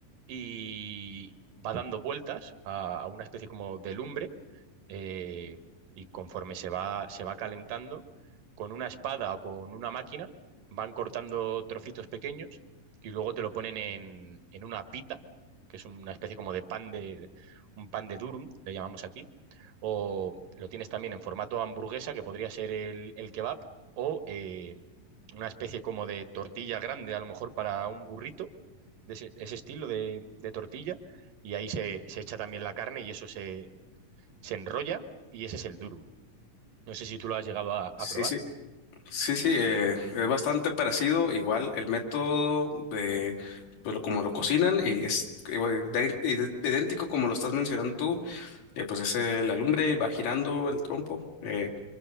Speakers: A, on the right; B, on the left.
A: y va dando vueltas a, a una especie como de lumbre eh, y conforme se va, se va calentando, con una espada o con una máquina van cortando trocitos pequeños y luego te lo ponen en, en una pita, que es una especie como de pan de, un pan de durum, le llamamos aquí, o lo tienes también en formato hamburguesa, que podría ser el, el kebab, o eh, una especie como de tortilla grande, a lo mejor para un burrito, de ese, ese estilo de, de tortilla, y ahí se, se echa también la carne y eso se, se enrolla y ese es el durum. No sé si tú lo has llegado a,
B: sí,
A: a probar.
B: sí, sí, sí, eh, es bastante parecido, igual el método de, pues lo- como lo cocinan y es igual, de- de- idéntico como lo estás mencionando tú, eh, pues es eh, la lumbre, va girando el trompo. eh,